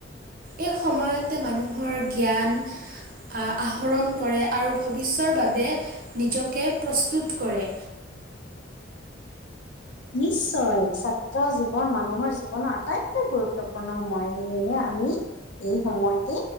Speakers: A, on the right (about 50°); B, on the left (about 75°).
A: এই সময়তে মানুহৰ জ্ঞান আহ, আহৰণ কৰে আৰু ভৱিষ্যৰ বাবে, নিজকে প্ৰস্তুত কৰে।
B: নিশ্চয়, ছাত্ৰ জীৱন মানুহৰ জীৱনৰ আটাইতকৈ গুৰুত্বপূৰ্ণ সময়। সেয়েহে আমি, এই সময়তে